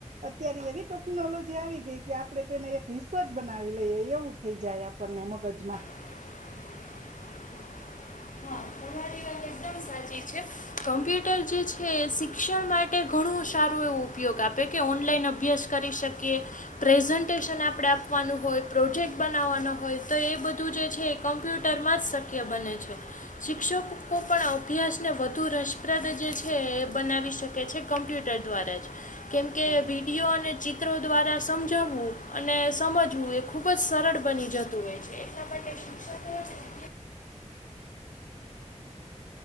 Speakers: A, on the right; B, on the left.
A: અત્યારે એવી ટોકનોલોજી આવી ગઈ કે આપડે તેને એક હિસ્સો જ બનાવી લઈએ એવું થઈ જાય પને મગજમાં
B: <unintelligible> લાગે સે સાચી છે. કોમ્પ્યુટર જે છે એ શિક્ષણ માટે ઘણું સારું એવો ઉપયોગ આપે કે ઓનલાઈન અભ્યાસ કરી શકીએ પ્રેઝન્ટેશન આપણે આપવાનું હોય પ્રોજેક્ટ બનાવવાનો હોય તો એ બધું જે છે કમ્પ્યુટરમાં જ શક્ય બને છે શિક્ષકો <unintelligible> પણ ઈતિહાસને વધુ રસપ્રદ જે છે એ બનાવી શકે છે. કોમ્પ્યુટર દ્વારા જ કેમ કે
A: હા
B: વિડીયો અને ચિત ત્રો દ્વારા સમજાવું અને સમજવું એ ખૂબ જ સરળ બની જતું હોય છે એટલા માટે શિક્ષકો
A: <unintelligible>
B: અને વિદ્યાર્થીઓ માટે પણ